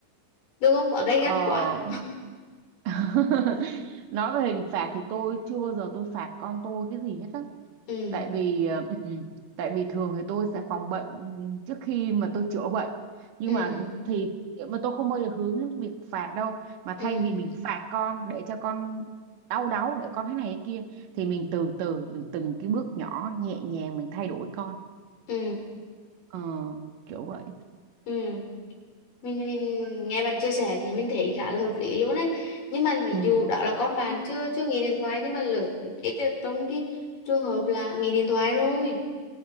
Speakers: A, on the left; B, on the right.
A: đừng có quá gay
B: ờ
A: gắt quá
B: <laughs> nói về hình phạt thì tôi chưa bao giờ tôi phạt con tôi cái gì hết á
A: ừ
B: tại vì ờ, ừm, tại vì thường thì tôi sẽ phòng bệnh trước khi mà tôi chữa bệnh nhưng
A: ừ
B: mà thì mà tôi không bao giờ hướng đến việc phạt đâu mà
A: ừ
B: thay vì mình phạt con để cho con đau đáu để con thế này thế kia thì mình từ từ mình từng cái bước nhỏ nhẹ nhàng mình thay đổi con
A: ừ
B: ờ, kiểu vậy
A: ừ mình mình nghe bạn chia sẻ thì mình thấy khá là hợp lý luôn đấy nhưng mà ví
B: ừ
A: dụ đó là con bạn chưa chưa nghỉ điện thoại nhưng mà lỡ cái đợt trong cái trường hợp là nghỉ điện thoại rồi